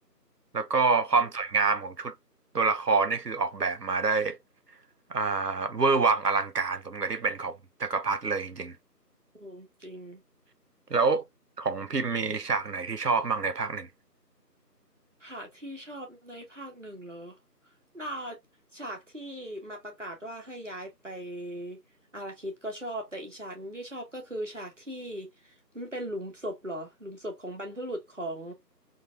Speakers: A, on the right; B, on the right.
A: แล้วก็ความสวยงามของชุดตัวละครนี่คือออกแบบมาได้
B: อืม
A: อ่าเวอร์วังอลังการสมกับที่เป็นของจักรพรรดิเลยจริง
B: อืมจริง
A: ๆแล้วของพิมพ์มีฉากไหนที่ชอบบ้างในภาคหนึ่ง
B: หากที่ชอบในภาคหนึ่งเหรอน่าฉากที่มาประกาศว่าให้ย้ายไปอาราคิดก็ชอบ แต่อีกฉากหนึงที่ชอบก็คือฉากที่มันเป็นหลุมศพเหรอ หลุมศพของบรรพบุรุษของ